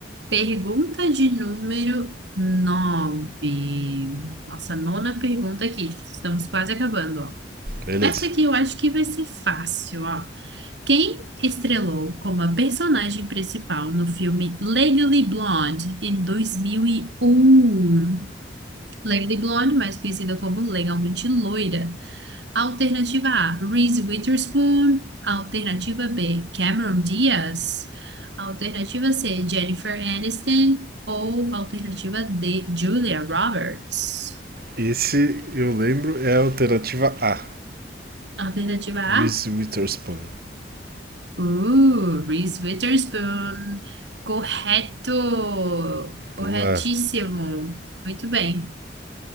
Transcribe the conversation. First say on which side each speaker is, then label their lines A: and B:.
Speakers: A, on the right (about 75°); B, on the right (about 55°).
A: Pergunta de número 9. Nossa, nona pergunta aqui. Estamos quase acabando, ó.
B: Beleza.
A: Essa aqui eu acho que vai ser fácil, ó. Quem estrelou como a personagem principal no filme Legally Blonde em 2001? Legally Blonde, mais conhecida como Legalmente Loira. Alternativa A, Reese Witherspoon. Alternativa B, Cameron Diaz. Alternativa C, Jennifer Aniston. Ou alternativa D, Julia Roberts.
B: Esse, eu lembro, é a alternativa A.
A: Alternativa
B: Reese
A: A,
B: Witherspoon.
A: uh, Reese Witherspoon. Correto! Corretíssimo!
B: Boa,
A: Muito bem.